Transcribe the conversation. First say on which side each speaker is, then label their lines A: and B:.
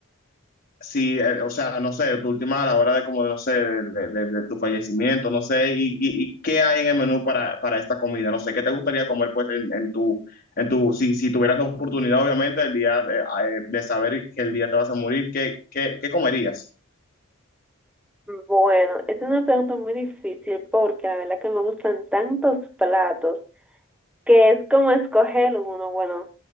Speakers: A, on the left; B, in the centre.
A: Si, eh, o sea, no sé, tu última a la hora de como, no sé, de, de- de- de tu fallecimiento, no sé, y, y- y qué hay en el menú para, para esta comida, no sé, ¿qué te gustaría comer pues en, en tu, en tu, si, si tuvieras la oportunidad, obviamente, el día de, eh, de saber que el día te vas a morir, ¿qué, qué, qué comerías?
B: Bueno, es una pregunta muy difícil porque la verdad que me gustan tantos platos que es como escoger uno. Bueno,